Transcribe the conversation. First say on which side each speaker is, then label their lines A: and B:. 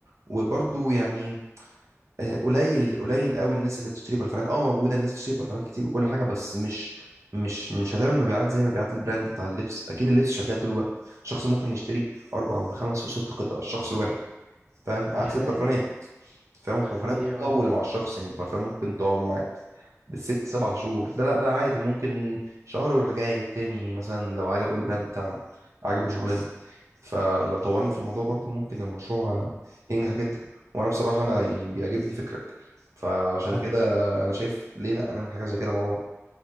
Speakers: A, on the right; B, on the right.
A: وبرضه يعني آه، قليل قليل قوي الناس اللي بتشتري برفانات اه موجوده الناس بتشتري برفانات كتير وكل حاجه بس مش مش مش هتعمل مبيعات زي مبيعات البراند بتاع اللبس اكيد اللبس شغال طول الوقت شخص ممكن يشتري اربع وخمس وست قطع الشخص الواحد فاهم
B: دي
A: عكس
B: حقيقة
A: البرفانات فاهم البرفانات
B: حقيقة
A: بتطول
B: والله
A: مع الشخص يعني البرفان ممكن تقعد معاك بالست سبع شهور ده لا ده عادي ممكن شهر ويروح جايب تاني مثلا لو عجبه البراند بتاعنا عجبه شغلنا فلو طورنا في الموضوع برضو ممكن المشروع ينجح جدا وانا بصراحة
B: والله
A: انا يعني بيعجبني فكرك فعشان
B: حبيبي
A: كده انا شايف ليه لا نعمل حاجة زي كده مع بعض